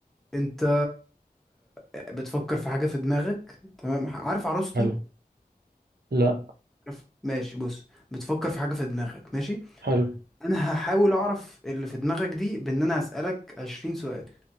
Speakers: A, in the centre; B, on the right.
A: انت بتفكر في حاجة في دماغك تمام ح- عارف عروستي
B: حلو لا
A: عارف ماشي بص بتفكر في حاجة في دماغك ماشي
B: حلو
A: انا هحاول اعرف اللي في دماغك دي بان انا هسألك 20 سؤال